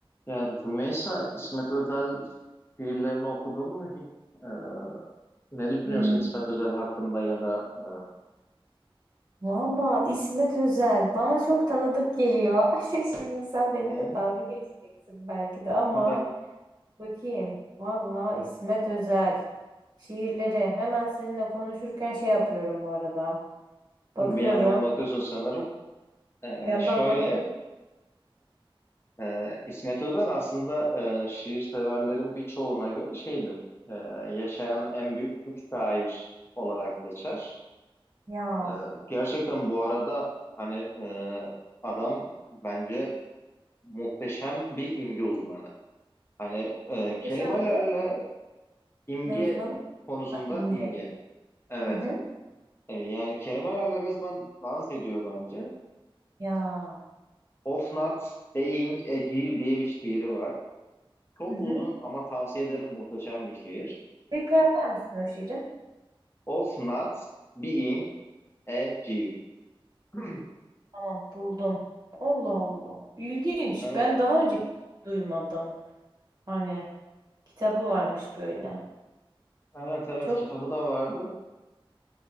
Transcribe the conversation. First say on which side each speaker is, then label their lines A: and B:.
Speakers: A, on the left; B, on the right.
A: Ya Rümeysa, İsmet Özel şiirlerini okudun mu hiç? Ee, ne düşünüyorsun
B: Hmm,
A: İsmet Özel hakkında ya da e,
B: Valla İsmet Özel bana çok tanıdık geliyor. <laughs> Şimdi sen
A: Hı
B: benimle
A: hı.
B: dalga geçeceksin belki de ama
A: <laughs>
B: bakayım. Valla İsmet Özel şiirleri hemen seninle konuşurken şey yapıyorum bu arada. Bakıyorum.
A: bir yandan bakıyorsun sanırım. Ee,
B: Bir yandan
A: şöyle,
B: bakıyorum.
A: e, İsmet Özel aslında e, şiir severlerin birçoğuna göre şeydir. e, yaşayan en büyük Türk şair olarak geçer.
B: Ya
A: E, gerçekten bu arada hani e, adam bence muhteşem bir imge uzmanı. Hani e,
B: muhteşem
A: kelimelerle
B: bir ne?
A: İmge
B: Ne uzmanı?
A: konusunda
B: Ha, İmge.
A: imge. Evet.
B: Hı hı.
A: E, yani kelimelerle resmen dans ediyor bence.
B: Ya.
A: Of Not Being a Jew diye bir şiiri var. Çok
B: Hı hı.
A: uzun ama tavsiye ederim muhteşem bir şiir.
B: Tekrar eder misin o şiiri?
A: Of Not Being a Jew. <clears throat>
B: Tamam buldum. Allah Allah. İlginç.
A: Evet.
B: Ben daha önce hiç duymadım. Hani. Kitabı varmış böyle.
A: Evet evet
B: Çok
A: kitabı da vardı.